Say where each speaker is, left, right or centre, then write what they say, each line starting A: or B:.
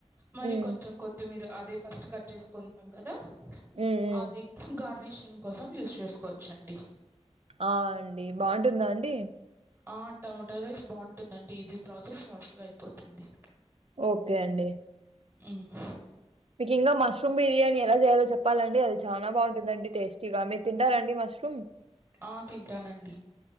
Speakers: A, on the right; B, on the right.
A: మరి
B: హ్మ్.
A: కొంచెం కొత్తిమీర అది ఫస్ట్ కట్ చేసుకుంటాం కదా
B: హ్మ్. హ్మ్.
A: అది గార్నిషింగ్ కోసం యూస్ చేసుకోవచ్చు చండి
B: ఆ! అండి. బావుంటుందా అండి?
A: ఆ టమాటో రైస్ బాగుంటుందంటే ఈజీ ప్రాసెస్ ఫాస్ట్ గా అయిపోతుంది
B: ఓకే అండి
A: ఉమ్
B: మీకు ఇంకా మష్రూమ్ బిర్యానీ ఎలా చేయాలో చెప్పాలండి అది చాలా బాగుంటుందండి టేస్టీ గా మీరు తింటారండి మష్రూమ్ మ్మ్
A: ఆ తింటానండి